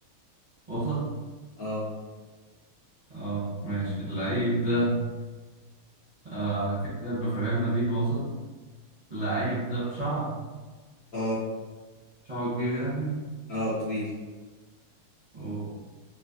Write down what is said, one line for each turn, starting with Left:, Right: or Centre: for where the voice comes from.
Right: وسط؟
Left: اه
Right: اه ماشي اللعيب ده آه، كده يبقى في ريال مدريد وسط اللعيب ده بشعر
Left: اه
Right: شعره كبير يعني؟
Left: اه طويل
Right: اوه